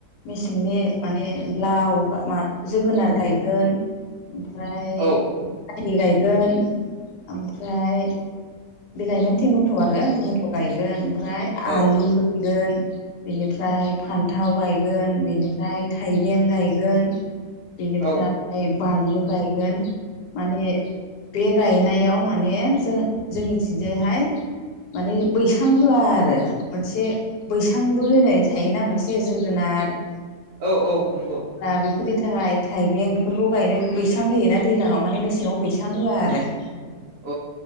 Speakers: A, on the left; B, on the right.
A: मेसेंनि माने लाव मा जोगोनार गायगोन। ओमफ्राय
B: अ औ
A: <unintelligible> गायगोन ओमफ्राय बिलाइमोन टेमेट' आरो टेमेट' गायगोन ओमफ्राय
B: औ
A: आलु गायगोन बेनिफ्राय फान्थाव गायगोन बेनिफ्राय थाइबें गायगोन बेनिफ्राय
B: औ
A: बानलु गायगोन माने बे गायनायाव माने जों जोंनिथिंजायहाय माने बैसां होआ आरो मोनसे बैसांबो होनाय थायोना मोनसे जोगोनाद
B: औ औ नोंगौ
A: दा बेफोरनि थाखाय थाइबें बेफोरखौ गायनो बैसां होयोना दैलाङाव माने मेसेङाव बैसां होआ आरो।
B: <inaudible>